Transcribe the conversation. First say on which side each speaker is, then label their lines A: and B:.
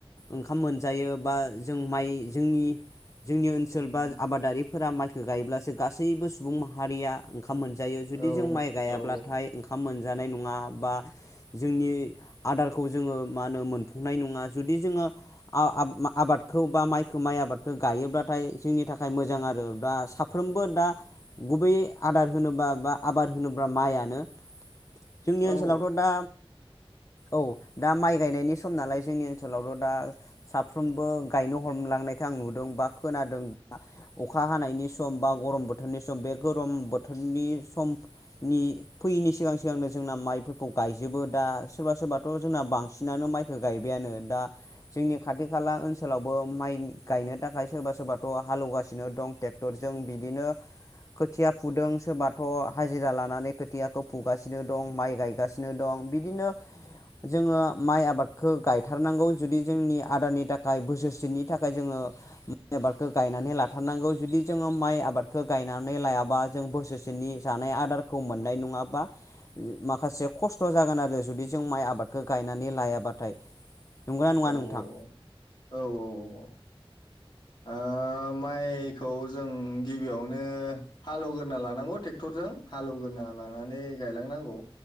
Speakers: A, on the left; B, on the left.
A: ओंखाम मोनजायो बा जों माइ जोंनि जोंनि ओनसोल
B: उम
A: बा आबादारि फोरा माइखो गायोब्लासो गासैबो सुबुं माहारिया खाम मोनजायो जुदि
B: औ
A: जों माइ गायाब्लाथाय
B: औ
A: ओंखाम मोन जानाय नङा बा जोंनि आदारखौ जोङो मा होनो मोनफुंनाय नङा जुदि जोङो आ-आबादखौ बा माइखौ माइ आबादखौ गायोब्लाथाय जोंनि थाखाय मोजां आरो दा साफ्रोमबो दा गुबैयै आदार होनोबा बा आबाद होनोब्ला माइयानो। जोंनि
B: औ
A: ओनसोलावथ दा औ दा माइ गायनायनि सम नालाय जोंनि ओनसोलावल दा साफ्रोमबो गायनो ह हमलांनायखौ आं नुदों बा खोनादों अखा हानायनि सम बा गरम बोथोरनि सम बे गरम बोथोरनि समनि फैयैनि सिगां सिगांनो जोंना माइफोरखौ गायजोबो दा सोरबा सोरबाथ जोंना बांसिनानो माइखौ गायबायानो। दा जोंनि खाथि खाला ओनसोलावबो माइ गायनो थाखाय सोरबा सोरबाथ हालौवगासिनो दं टेक्टरजों बिदिनो खोथिया फुदों सोरबाथ हाजिरा लानानै खोथियाखौ फुगासिनो दं माइ गायगासिनो दं बिदिनो जोङो माइ आबादखौ गाय थारनांगौ जुदि जोंनि आदारनि थाखाय बोसोरसेनि थाखाय जोङो माइ आबादखौ गायनानै लाथारनांगौ जुदि जोङो माइ आबादखौ गायनानै लायाबा जों बोसोरसेनि जानाय आदारखौ मोननाय नङाबा माखासे खस्थ जागोन आरो जुदि जों माइ आबादखौ गायनानै लायाबाथाय।
B: औ
A: नंगौना नङा
B: औ
A: नोंथां
B: औ औ औ औ। ओ माइखौ जों गिबियावनो हालौगोरना लानांगौ टेक्टरजों हालेवगोरना लानानै गायलांनांगौ